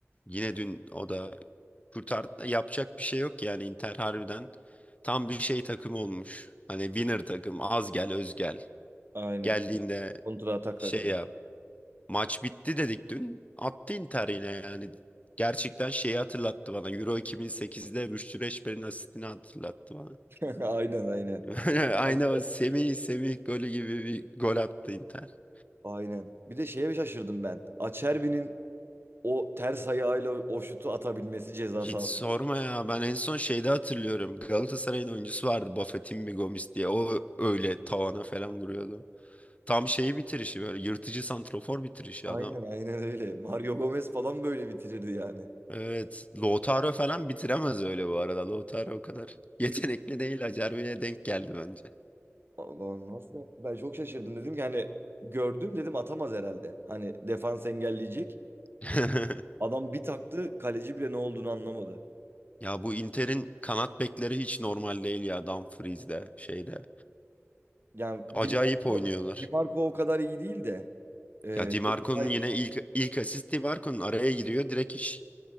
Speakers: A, on the left; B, on the right.
A: Yine dün o da kurtardı da yapacak bir şey yok yani Inter harbiden tam bir şey takım olmuş. Hani winner takım az gel öz gel.
B: Aynen.
A: Geldiğinde
B: Kontra atak
A: şey
B: takımı.
A: yap. Maç bitti dedik dün. Attı Inter yine yani. Gerçekten şeyi hatırlattı bana. Euro 2008'de Rüştü Reçber'in asistini hatırlattı bana.
B: <laughs> Aynen aynen.
A: <laughs> Aynı
B: Abi,
A: o Semih Semih golü gibi bir gol attı Inter.
B: Aynen. Bir de şeye şaşırdım ben. Acerbi'nin o ters ayağıyla o şutu atabilmesi ceza
A: Hiç
B: sahası.
A: sorma ya. Ben en son şeyde hatırlıyorum. Galatasaray'ın oyuncusu vardı. Bafétimbi Gomis diye. O öyle tavana falan vuruyordu. Tam şeyi bitirişi böyle yırtıcı santrafor bitirişi
B: Aynen
A: adam.
B: aynen öyle. Mario Gomez falan böyle bitirirdi yani.
A: Evet. Lautaro falan bitiremez öyle bu arada. Lautaro o kadar <laughs> yetenekli değil. Acerbi'ye denk geldi bence.
B: Allah'ım nasıl yaptı? Ben çok şaşırdım dedim ki hani gördüm dedim atamaz herhalde. Hani defans engelleyecek.
A: <laughs>
B: Adam bir taktı kaleci bile ne olduğunu anlamadı.
A: Ya bu Inter'in kanat bekleri hiç normal değil ya. Dumfries'de şeyde.
B: Yani Di
A: Acayip
B: Marco,
A: oynuyorlar.
B: Di Marco o kadar iyi değil de e,
A: Ya Di Marco'nun
B: şey daha iyi.
A: yine ilk ilk asist Di Marco'nun araya giriyor. Direkt hiç